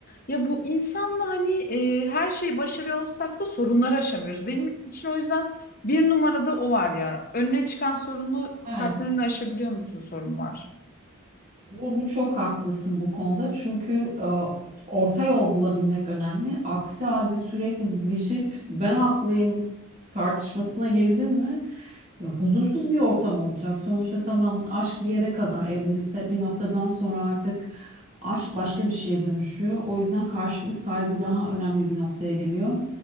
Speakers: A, on the left; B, on the right.
A: Ya bu insanla hani e, her şeyi başarıyor olsak da sorunları aşamıyoruz. Benim için o yüzden bir numarada o var ya. Önüne çıkan sorunu
B: Evet.
A: Partnerini aşabiliyor musun sorunu var.
B: Bu, bu çok haklısın bu konuda. Çünkü e, orta yol bulabilmek önemli. Aksi halde sürekli didişip ben haklıyım tartışmasına girdin mi ya, huzursuz bir ortam olacak. Sonuçta tamam aşk bir yere kadar evlilikte bir noktadan sonra artık aşk başka bir şeye dönüşüyor. O yüzden karşılıklı saygı daha önemli bir noktaya geliyor.